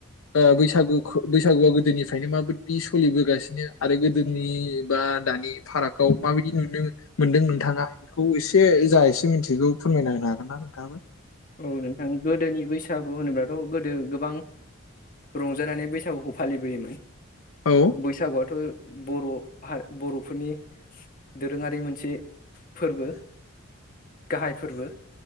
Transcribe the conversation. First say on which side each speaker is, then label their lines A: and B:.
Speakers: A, on the left (about 70°); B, on the left (about 40°).
A: ओ बैसागुख बैसागुआ गोदोनिफ्रायनो माबायदि सोलिबोगासिनो आरो गोदोनि बा दानि फारागआव माबायदि नुनो मोनदों नोंथाङा बेखौ एसे जा एसे मिथिगौ फोरमायना होनो हागोन ना नोंथाङाबो?
B: औ नोंथां गोदोनि बैसागु होनोब्लाथ' गोदो गोबां रंजानानै बैसागुखौ फालिबोयोमोन।
A: औ
B: बैसागुआथ' बर' हा बर'फोरनि दोरोङारि मोनसे फोरबो गाहाय फोरबो